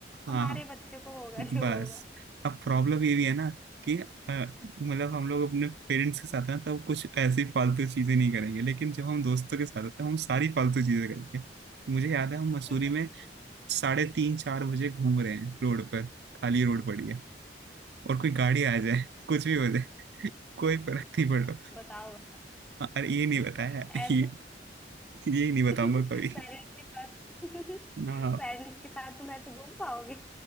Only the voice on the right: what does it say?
हाँ,
हाँ।
बस
अब प्रॉब्लम ये भी है ना कि अ, मतलब हम लोग अपने पेरेंट्स के साथ हैं तब कुछ ऐसी फालतू चीजें नहीं करेंगे लेकिन जब हम दोस्तों के साथ होते हैं हम सारी फालतू चीजें करेंगे मुझे याद है हम मसूरी
में साढ़े तीन चार बजे घूम रहे हैं रोड पर खाली रोड पड़ी है और कोई गाड़ी आ जाए <laughs> कुछ भी हो जाए <laughs> कोई फर्क नहीं पड़
रहा अरे ये नहीं बताया
ये ये नहीं
बताऊंगा
कभी
ना